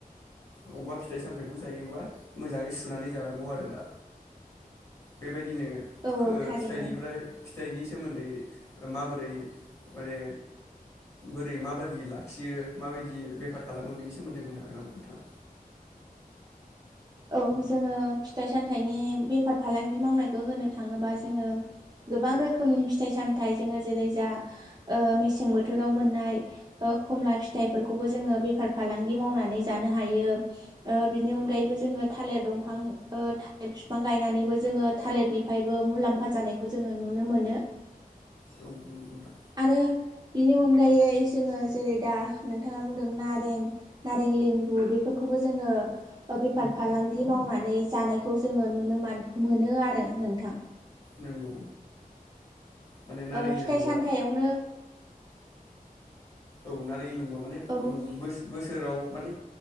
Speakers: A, on the left; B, on the right.
A: अबेबा फिथाइ सामथायाइखौ जायोबा मोजाङै सुनानै जानांगौ आरो दा बेबायदि बिदिनो
B: औ औ थारैनो
A: फिथाइनिफ्राय फिथाइनि सोमोन्दै माबोरै माने बोरै माबायदि लाखियो माबायदि बेफार खालामो बेनि सोमोन्दै बुंनो हागोन नामा नोंथाङा
B: औ जोङो फिथाइ सामथाइनि बेफार फालांगि मावनायखौ होनो थाङोबा जोङो गोबां रोखोमनि फिथाइ सामथाइ जोङो जेरै जा मेसें बोथोराव मोननाय खमला फिथाइफोरखौबो जोङो बेफार फालांगि मावनानै जानो हायो बिनि अनगायैबो जों जोङो थालिर दंफां थालिर बिफां गायनानैबो जोङो थालिरनिफ्रायबो मुलाम्फा जानायखौ जोङो नुनो मोनो।
A: नंगौ नोंथां
B: आरो बिनि अनगायै जोङो जेरै दा नोंथाङा बुंदों नारें नारें लेम्बु बेफोरखौबो जोङो बे बेफार फालांगि मावनानै जानायखौ जोङो नुनो मोनो आरो नोंथां
A: नंगौ माने नारें
B: फिथाइ
A: लेबुआ
B: सामथायावनो
A: औ‌ नारें लेबु‌ माने
B: औ
A: बो बोसो बोसोराव माने